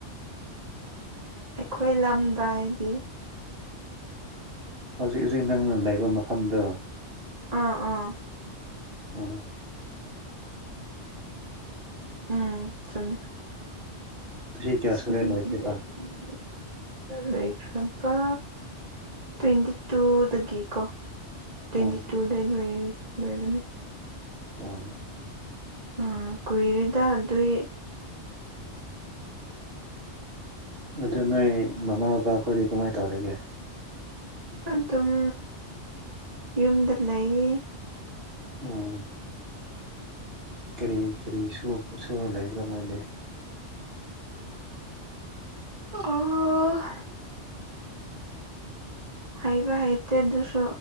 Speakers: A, on the right; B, on the right.
A: ꯑꯩꯈꯣꯏ ꯂꯝꯗ ꯍꯥꯏꯗꯤ
B: ꯍꯧꯖꯤꯛ ꯍꯧꯖꯤꯛ ꯅꯪꯅ ꯂꯩꯕ ꯃꯐꯝꯗꯣ
A: ꯑ ꯑꯥ
B: ꯑꯣ
A: ꯎꯝ ꯆꯨꯝꯃꯦ
B: ꯆꯍꯤ ꯀꯌꯥ
A: ꯑꯁꯤꯅꯤꯒꯤ
B: ꯁꯨꯔꯦ ꯂꯣꯏꯈꯤꯕ
A: ꯂꯩꯕꯅꯦ ꯂꯩꯈ꯭ꯔꯕꯥ ꯇ꯭ꯋꯦꯟꯇꯤ ꯇꯨꯗꯒꯤ ꯀꯣ ꯇ꯭ꯋꯦꯟꯇꯤ
B: ꯑꯣ
A: ꯇꯨꯗ ꯂꯣꯏ ꯂꯣꯏꯕꯅꯦ
B: ꯑꯣ
A: ꯑ ꯀꯨꯏꯔꯦꯗ ꯑꯗꯨꯏ
B: ꯑꯗꯨ ꯅꯣꯏ ꯃꯃꯥ ꯕꯕꯥꯈꯣꯏꯗꯤ ꯀꯃꯥꯏ ꯇꯧꯔꯤꯒꯦ
A: ꯑꯗꯨꯝ ꯌꯨꯝꯗ ꯂꯩ
B: ꯑꯣ ꯀꯔꯤ ꯀꯔꯤ ꯁꯨꯕ ꯁꯨꯔ ꯂꯩꯕ꯭ꯔꯥ ꯃꯣꯏꯗꯤ
A: ꯑꯣ ꯍꯩꯕ ꯍꯩꯇꯦ ꯗꯨꯁꯨ